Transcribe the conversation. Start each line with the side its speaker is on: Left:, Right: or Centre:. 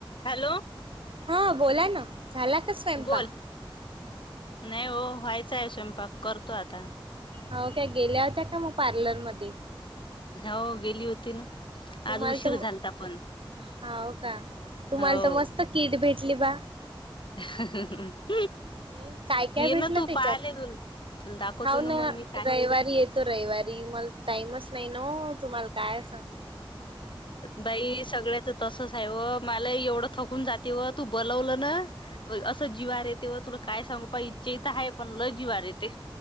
Left: Hello!
Right: हा बोला ना. झाला का स्वयंपाक?
Left: बोल नाही हो व्हायच आहे स्वयंपाक करतो आता.
Right: हाव काय गेल्या होत्या का मग पार्लरमध्ये?
Left: हो गेली होती ना.
Right: तुम्हाला
Left: आज उशीर
Right: तर
Left: झालता पण
Right: हो का तुम्हाला
Left: हो
Right: तर मस्त किट भेटली बा.
Left: <inaudible>
Right: हम् काय काय
Left: ये
Right: भेटलं
Left: ना तू
Right: त्याच्यात
Left: पाहाले तुल तुला दाखवतो
Right: हव ना
Left: मग मी काय
Right: रविवारी येत. तो रविवारी मला टाईमच नाही ना तुम्हाला काय सांग
Left: बाई सगळ्याच तसच आहे वो मला एवढं थकून जाते व तू बोलवलं ना. असं जिवार येते व तुला काय सांगू पा इच्छ इित आहे पण ल जिवार येते.